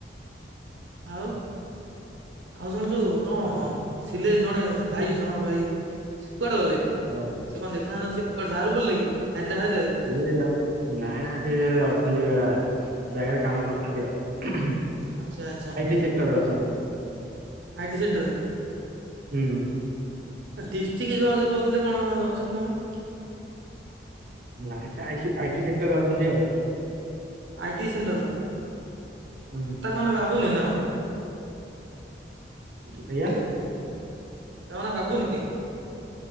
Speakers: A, on the right (about 75°); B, on the right (about 50°).
A: ଆଉ ଆଉ ଶୁଣୁଚୁ ତମ
B: ଆଉ
A: ଅ ଥିଲେ ଜଣେ ଭାଇ ଜଣ ଭାଇ ସେ କୁଆଡେ ଗଲେ?
B: <unintelligible>
A: <unintelligible> ସେ କୁଆଡେ ବାହାରକୁ ପଳେଇଲେକି ହାଇଦ୍ରାବାଦ ଫାଇଦ୍ରାବାଦ।
B: ସିଏ ଆ ନାଁଇ ନାଁ ସିଏ ଅଛନ୍ତି ଏକା ଜାଗାରେ କାମ କରୁଛନ୍ତି ଆଉ ଆଇଟି
A: ଆଚ୍ଛା ଆଚ୍ଛା
B: ସେକ୍ଟର ରେ ଅଛନ୍ତି।
A: ଆଇଟି ସେକ୍ଟର ରେ।
B: ହୁଁ।
A: <unintelligible> କହୁଥିଲେ କଣ ଅଛନ୍ତି ନା କଣ।
B: ନାହିଁ ସେ ଆଇସି ଆଇଟି ସେକ୍ଟରରେ ଅଛନ୍ତି ଆଉ।
A: ଆଇଟି ସେଣ୍ଟର
B: ହୁଁ
A: ତାଙ୍କ ନାଁ କଣ ବାବୁନି ନା କଣ? <unintelligible>
B: ଆଜ୍ଞା।
A: ତାଙ୍କ ନାଁ ବାବୁନି?